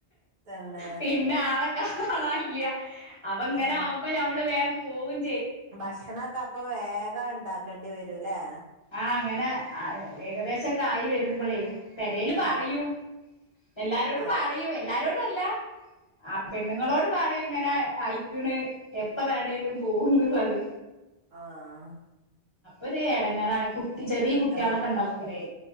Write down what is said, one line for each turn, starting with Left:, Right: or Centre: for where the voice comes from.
Right: തന്നെ
Left: പിന്നെ ആളെ കാണാൻല്ല അപ്പ ഇങ്ങനെ
Right: ആ
Left: ആകുമ്പോ നമ്മള് വേം പോവുംും
Right: ഭക്ഷണൊക്കെ അപ്പ വേഗം ഉണ്ടാക്കേണ്ടി വരൂല്ലേ
Left: ആഹ് അങ്ങനെ ഏകദേശംക്കെ ആയി വരുമ്പോളേ പെരൽ പറയുംഎല്ലാരോടും
Right: ആ ആ
Left: പറയും എല്ലാരോടും അല്ല ആ പെണ്ണുങ്ങളോട് പറയും ഇങ്ങനെ ആയ്ക്കണ് എപ്പ വേണേലും പോകുന്നുുള്ളത്
Right: ആഹ
Left: ഒരു എടങ്ങേറാണ് ചെറിയ കുട്ടികളൊക്കെ
Right: ആ ആ
Left: ഉണ്ടാാവുമ്പോഴേ